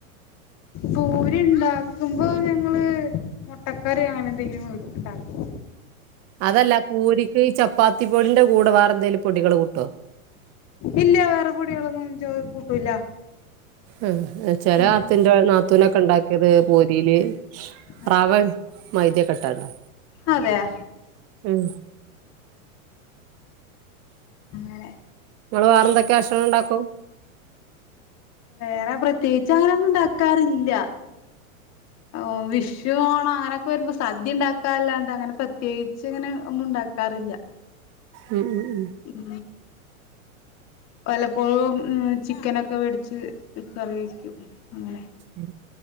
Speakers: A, on the left; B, on the right.
A: പൂരിണ്ടാക്കുമ്പോ ഞങ്ങള് മൊ ട്ടക്കറി അങ്ങനെ ന്തെങ്കിലു ണ്ടാക്കും
B: അതല്ല പൂരിക്ക് ഈ ചപ്പാത്തി പൊടിന്റെ കൂടെ വേറെന്തേലും പൊടികള് കൂട്ടോ?
A: ഇല്ല വേറെ പൊടികളൊന്നും ചോ കൂട്ടൂല
B: ഉം ചെലെ
A: ആഹ്
B: <unintelligible> ഇന്റെ നാത്തൂനൊക്കെ ണ്ടാക്ക്യത് പൂരീല്
A: ആഹ്
B: റവിം മൈദ ക്കെട്ടാണ്ടാ.
A: അതെയ
B: ഉം
A: അങ്ങനെ
B: ങ്ങള് വേറെന്തെക്കെ ഭക്ഷണണ്ടാക്കും?
A: വേറെ പ്രത്യേകിച്ച ങ്ങനൊന്നു ണ്ടാക്കാറില്ല ഓഹ് വിഷ് രുവോണം അങ്ങനൊക്കെ വെരുമ്പോ സദ്യ ണ്ടാക്കാല്ലാണ്ട് അങ്ങനെ പ്രത്യേകിച്ച് ങ്ങനെ ഒന്നു ണ്ടാക്കാറില്ല.
B: ഉം ഉം ഉം
A: ഉം വലപ്പോഴും ഉം ചിക്കനൊക്കെ വേടിച്ച് കറി വെക്കും അങ്ങനെ
B: ഉം